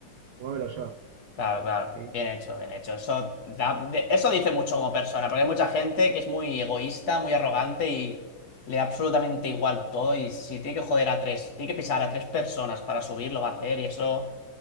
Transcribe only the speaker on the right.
fumármelo yo.
Sí.